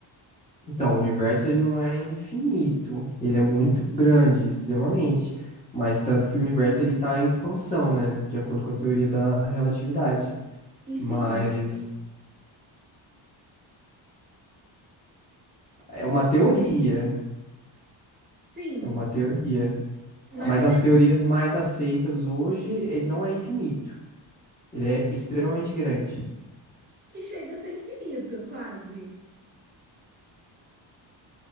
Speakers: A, on the left; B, on the right.
A: Então, o universo ele não é infinito, ele é muito grande, extremamente. Mas tanto que o universo ele está em expansão, né, de acordo com a teoria da relatividade.
B: infinito.
A: Mas é uma teoria,
B: Sim,
A: é uma teoria.
B: mas
A: Mas
B: ele
A: as
B: é
A: teorias mais aceitas hoje, ele não é infinito, ele é extremamente grande.
B: que chega a ser infinito, quase.